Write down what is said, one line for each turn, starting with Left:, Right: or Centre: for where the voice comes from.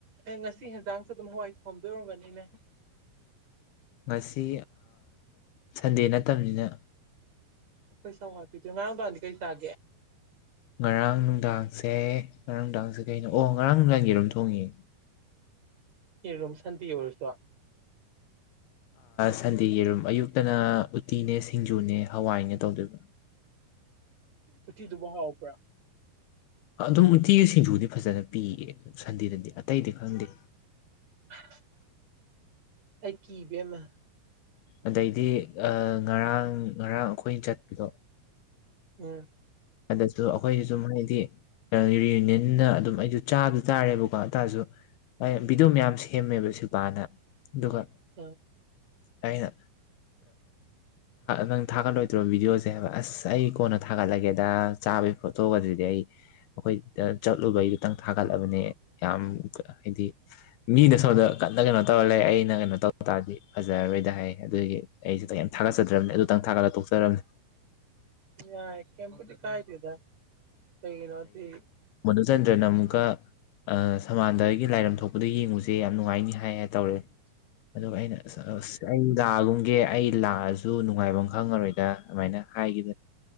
Right: ꯑꯦ ꯉꯁꯤ ꯍꯟꯆꯥꯡꯁꯨ ꯑꯗꯨꯝ ꯍꯋꯥꯏ ꯊꯣꯝꯗꯣꯏꯔꯝꯒꯅꯤꯅꯦ <unintelligible>
Left: ꯉꯁꯤ ꯁꯟꯗꯦ ꯅꯠꯇꯕꯅꯤꯅ
Right: ꯑꯩꯈꯣꯏ ꯁꯧ ꯃꯄꯤꯗꯣ ꯉꯔꯥꯡ ꯅꯡꯗꯥꯡꯗꯤ ꯀꯩ ꯆꯥꯒꯦ
Left: ꯉꯔꯥꯡ ꯅꯨꯡꯗꯥꯡꯁꯦ ꯉꯔꯥꯡ ꯅꯨꯡꯗꯥꯡꯁꯦ ꯀꯩꯅꯣ ꯑꯣ ꯉꯔꯥꯡ ꯅꯨꯡꯗꯥꯡꯒꯤ ꯑꯗꯨꯝ ꯊꯣꯡꯉꯦ
Right: ꯌꯦꯔꯣꯝ ꯁꯥꯟꯗꯦ ꯑꯣꯏꯔꯁꯨ
Left: ꯁꯟꯗꯦ ꯌꯦꯔꯨꯝ ꯑꯌꯨꯛꯇꯅ ꯎꯇꯤꯅꯦ ꯁꯤꯡꯖꯨꯅꯦ ꯍꯋꯥꯏꯅꯦ ꯇꯧꯗꯣꯏꯕꯥ
Right: ꯎꯇꯤꯗꯨꯕꯨ ꯍꯥꯎꯕ꯭ꯔꯣ
Left: ꯑꯗꯨꯝ ꯎꯇꯤꯒꯤ ꯁꯤꯡꯖꯨꯗꯤ ꯐꯖꯅ ꯄꯤꯌꯦ ꯁꯟꯗꯦꯗꯗꯤ ꯑꯇꯩꯗꯤ ꯈꯪꯗꯦ
Right: <unintelligible> ꯑꯩ ꯀꯤ ꯏꯕꯦꯝꯃ
Left: ꯑꯗꯩꯗꯤ ꯉꯔꯥꯡ ꯉꯔꯥꯡ ꯑꯩꯈꯣꯏꯅ ꯆꯠꯄꯗꯣ
Right: ꯎꯝ
Left: ꯑꯗꯨꯁꯨ ꯑꯩꯈꯣꯏꯁꯤꯁꯨ ꯃꯣꯏꯗꯤ ꯌꯨꯅꯤꯌꯟꯅ ꯑꯗꯨꯝ ꯑꯩꯁꯨ ꯆꯥꯗ ꯇꯥꯔꯦꯕꯀꯣꯇꯥꯔꯁꯨ ꯑꯩꯅ ꯚꯤꯗꯤꯑꯣ ꯃꯌꯥꯝ ꯁꯦꯝꯃꯦꯕ ꯁꯤꯜꯕꯥꯅ ꯑꯗꯨꯒ
Right: ꯎꯝ
Left: ꯑꯩꯅ ꯅꯪ ꯊꯥꯒꯠꯂꯣꯏꯗ꯭ꯔꯣ ꯚꯤꯗꯤꯑꯣꯁꯦ ꯍꯥꯏꯕ ꯑꯁ ꯑꯩ ꯀꯣꯟꯅ ꯊꯥꯒꯠꯂꯒꯦ ꯗ ꯆꯥꯕꯒꯤ ꯐꯣꯠꯇꯣꯛꯒꯗꯗꯤ ꯑꯩ ꯑꯩꯈꯣꯏꯗ ꯆꯠꯂꯨꯕꯩ ꯈꯤꯇꯪ ꯊꯥꯒꯠꯂꯕꯅꯤ ꯌꯥꯝ ꯍꯥꯏꯗꯤ ꯃꯤꯗ ꯁꯣꯝꯗ ꯀꯟꯅ ꯀꯩꯅꯣ ꯇꯧꯔ ꯂꯩ ꯑꯩꯅ ꯀꯩꯅꯣ ꯇꯧ ꯇꯥꯔꯗꯤ ꯐꯖꯔꯔꯣꯏꯗ ꯍꯥꯏꯌꯦ ꯑꯗꯨꯒꯤ ꯑꯩꯁ ꯀꯝ ꯊꯥꯒꯠꯆꯗ꯭ꯔꯕꯅꯤ ꯑꯗꯨꯇꯪ ꯊꯥꯒꯠꯂꯊꯣꯛꯆꯔꯝꯅꯦ
Right: ꯌꯥ ꯀꯦꯝꯕꯨꯗꯤ ꯀꯥꯏꯗꯦꯗ ꯀꯩꯒꯤꯅꯣꯗꯤ
Left: ꯃꯣꯗꯨꯆꯜꯗ꯭ꯔ ꯅ ꯑꯃꯨꯀ ꯁꯃꯥꯟꯗ ꯑꯩꯒꯤ ꯂꯥꯏꯔꯝ ꯊꯣꯛꯄꯗ ꯌꯦꯡꯉꯨꯁꯦ ꯌꯥꯝ ꯅꯨꯡꯉꯥꯏꯅꯤ ꯍꯥꯏ ꯍꯥꯏ ꯇꯧꯔꯦ ꯑꯗꯨꯒ ꯑꯩꯅ ꯂꯥꯛꯑꯒꯨꯝꯒꯦ ꯑꯩ ꯂꯥꯛꯑꯁꯨ ꯅꯨꯡꯉꯥꯏꯐꯝ ꯈꯪꯉꯔꯣꯏꯗ ꯑꯗꯨꯃꯥꯏꯅ ꯍꯥꯏꯈꯤꯕꯅꯤ